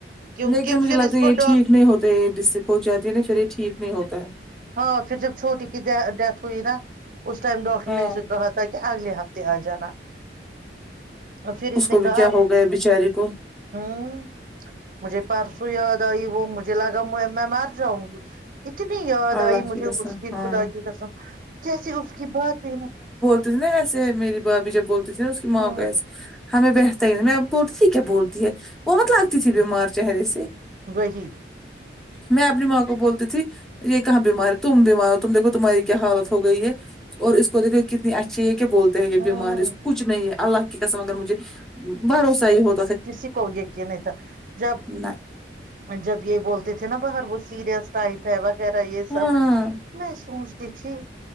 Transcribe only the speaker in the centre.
لیکن مجھے
لگتا
ہے
یہ
ٹھیک نہیں ہوتے یہ ڈس سے کھ جاتی ہے نہ پھر یہ ٹھیک نہیں ہوتا ہے
ہاں
کو
بھی
کیا ہو گیا بچاری کو
اللہ
قسم
ہاں
تھ نا ایسے میری بھابھی جب بولتی تھی نا اس کی ماں
کو ایسے ہمیں بیٹھتا ہی نہیں میں اب بولتی تھی کیا بولتی ہے وہ مت لگتی تھی بیمار چہرے سے
میں اپنی ماں کو بولتی تھی یہ کہاں بیمار ہے تم بیمار ہو تم دیکو تمہاری کیا حالت ہوگئی ہے اور اس کو دیکھو یہ کتنی اک اچ یہ کیا بولتے ہیں یہ
بیمار ہے اس کو کچھ نہیں ہے اللہ کی قسم اگر مجھے بھروسہ ہی ہو
نہ
ہاں